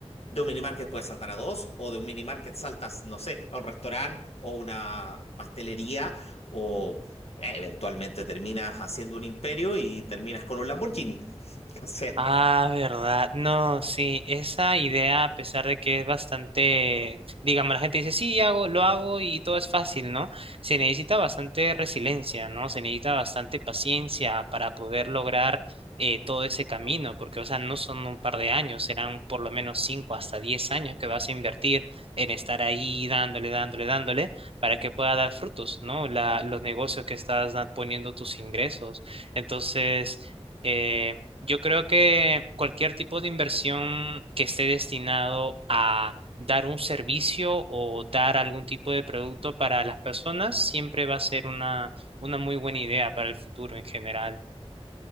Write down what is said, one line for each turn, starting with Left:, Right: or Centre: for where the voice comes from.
Left: de un minimarket puedes saltar a dos, o de un minimarket saltas, no sé, a un restaurante o una pastelería o eh, eventualmente terminas haciendo un imperio y terminas con un Lamborghini. <laughs> O sea,
Right: Ah, verdad. No, sí, esa idea, a pesar de que es bastante, digamos, la gente dice, sí, hago, lo hago y todo es fácil, ¿no? Se necesita bastante resiliencia, ¿no? Se necesita bastante paciencia para poder lograr eh, todo ese camino, porque, o sea, no son un par de años, serán por lo menos cinco hasta diez años que vas a invertir en estar ahí dándole, dándole, dándole, para que pueda dar frutos, ¿no? La, los negocios que estás da- poniendo tus ingresos. Entonces... eh, yo creo que cualquier tipo de inversión que esté destinado a dar un servicio o dar algún tipo de producto para las personas siempre va a ser una, una muy buena idea para el futuro en general.